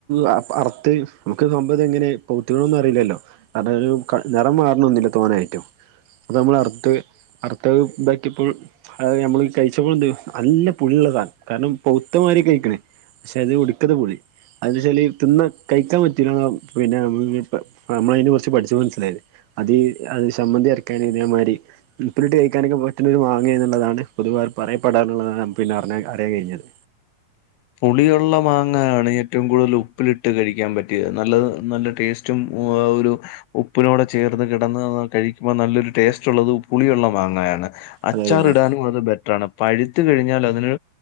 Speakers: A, on the right (about 80°); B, on the left (about 80°).
A: അ അറത്ത് നമുക്ക് സംഭവ ഇത എങ്ങനെയാണ് <unintelligible> അറിയില്ലല്ലോ അത് ക നിറം മാറണൊന്നുല്ല തോന്നായിട്ടും അത് നമ്മൾ അർത്ത അറത്ത ഇതാക്കിയപ്പോൾ അത് നമ്മള് കയിച്ചപ്പോൾ എന്ത് നല്ല പുള്ളിയുള്ള സാധം കാരണം പൗത്തമാര് കയിക്കണേ പക്ഷെ അത് ഒടുക്കത്തെ പൊളി അതിച്ചാൽ തിന്ന കയിക്കാൻ പറ്റൂ <unintelligible> പിന്നെ നമ്മള അതിനെ കുറിച്ച് പഠിച്ചു മനസ്സിലായത് അത് അത് സമ്മന്തി അറക്കാന് ഇതേമായിരി ഉപ്പിലിട്ട് കയിക്കാനൊക്കെ പറ്റുന്ന ഒരു മാങ്ങാ എന്നുള്ളാണ് പൊതുവർ പറയപ്പെടറുള്ളതാണ് <unintelligible> പിന്നെ അ അറിയൻ കഴിഞ്ഞത്
B: പുളിയുള്ള മാങ്ങയാണ് ഏറ്റവും കൂടുതൽ ഉപ്പിലിട്ട് കഴിക്കാൻ പറ്റിയത് നല്ല നല്ല ടേസ്റ്റ് റ്റും ഓ ഒരു ഉപ്പിനോടെ ചേർന്ന് കിടന്ന് കഴിക്കുമ്പോ നല്ലൊരു ടേസ്റ്റ് ഉള്ളത് പുളിയുള്ള മാങ്ങയാണ് അച്ചാറിടാനും
A: അതെ അതെ അതെ
B: അത് ബെറ്ററാണ് പഴുത്തു കഴിഞ്ഞാൽ അതിന്